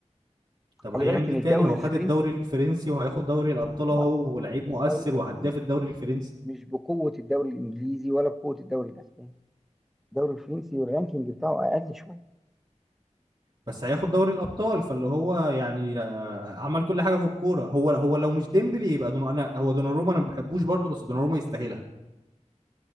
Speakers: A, in the centre; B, on the right (about 40°).
A: خلي
B: طب هيعمل
A: بالك ان
B: ايه
A: الدوري
B: تاني هو
A: الفرنسي
B: خد الدوري الفرنسي وهياخد دوري الابطال
A: هو
B: اهو ولاعيب مؤثر
A: الدوري الفرنسي
B: وهداف الدوري
A: مش
B: الفرنسي
A: مش بقوة الدوري الانجليزي ولا بقوة الدوري الاسباني الدوري الفرنسي الرانكينج بتاعه اقل شوية
B: بس هياخد دوري الابطال فاللي هو يعني آه، عمل كل حاجه في الكوره هو هو لو مش ديمبلي يبقى دون انا هو دوناروما انا ما بحبوش برضه بس دوناروما يستاهلها